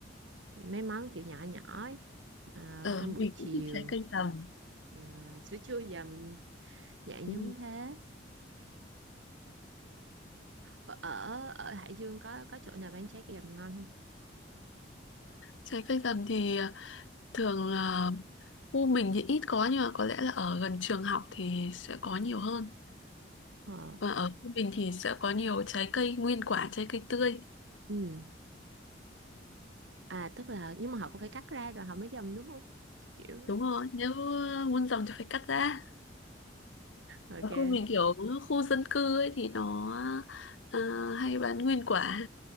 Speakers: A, on the right; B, on the left.
A: mấy món kiểu nhỏ nhỏ ấy. Ờ,
B: ờ,
A: ăn buổi
B: mình
A: chiều
B: cũng thích trái cây tầm.
A: Ờ, sữa chua dầm dạng
B: Ừ.
A: giống thế ở ở ở Hải Dương có có chỗ nào bán trái cây dầm ngon không
B: Trái cây tầm thì à, thường là khu mình thì ít có nhưng mà có lẽ là ở gần trường học thì sẽ có nhiều hơn.
A: ờ
B: Và ở khu mình thì sẽ có nhiều trái cây nguyên quả, trái cây tươi.
A: ừ à tức là nhưng mà họ cũng phải cắt ra rồi họ mới dầm đúng không kiểu
B: Đúng rồi, nếu muốn dòng thì phải cắt ra.
A: ok
B: Ở khu mình kiểu khu dân cư ấy thì nó ờ, hay bán nguyên quả